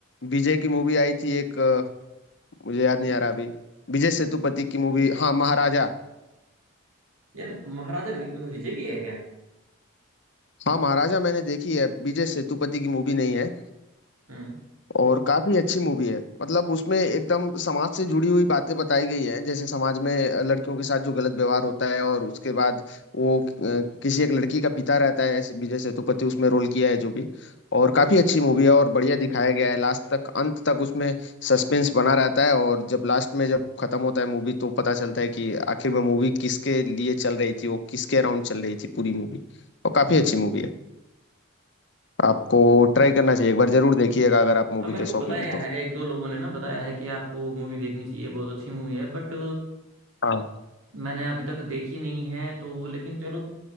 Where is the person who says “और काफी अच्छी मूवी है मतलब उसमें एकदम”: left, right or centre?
Left